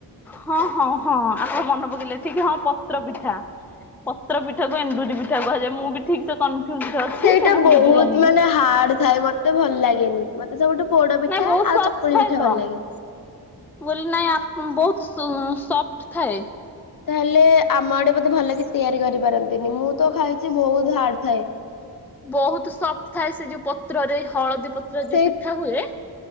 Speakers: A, in the centre; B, on the left.
A: ହଁ ହଁ ହଁ ଆପଣ ମନେ ପକେଇଲେ ଠିକ୍ ହଁ ପତ୍ର ପିଠା। ପତ୍ର ପିଠା କୁ ଏଣ୍ଡୁରି ପିଠା କୁହାଯାଏ। ମୁଁ ବି ଠିକ ସେ କନଫ୍ୟୁଜ ରେ ଅଛି
B: ସେଇଟା
A: କାଇଁକି ନା
B: ବହୁତ
A: ମୁଁ ବି ଜାଣିନି।
B: ମାନେ ହାର୍ଡ ଥାଏ ମତେ ଭଲ ଲାଗେନି। ମତେ ସବୁଠୁ ପୋଡ ପିଠା
A: ନାଇଁ ବହୁତ
B: ଆଉ
A: ସଫ୍ଟ
B: ଚକୁଳି
A: ଥାଏ
B: ପିଠା
A: ତ
B: ଭଲ ଲାଗେ।
A: ମୁଁ କହିଲି ନାଇଁ ଅପ ବହୁତୁ ସପ୍ଟ ଥାଏ।
B: ତାହେଲେ ଆମ ଆଡେ ବୋଧେ ଭଲ କି ତିଆରି କରିପାରନ୍ତିନି ମୁଁ ତ ଖାଇଛି ବହୁତ ହାର୍ଡ ଥାଏ।
A: ବହୁତ ସଫ୍ଟ ଥାଏ ସେ ଯୋଉ ପତ୍ରରେ ହଳଦୀ ପତ୍ର
B: ସେଇ
A: ଯୋଉ ପିଠା ହୁଏ।